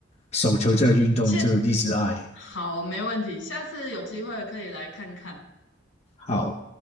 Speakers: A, on the left; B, on the left.
A: 手球这个运动，
B: 现
A: 这个一直爱。
B: 好，没问题，下次有机会可以来看看。
A: 好。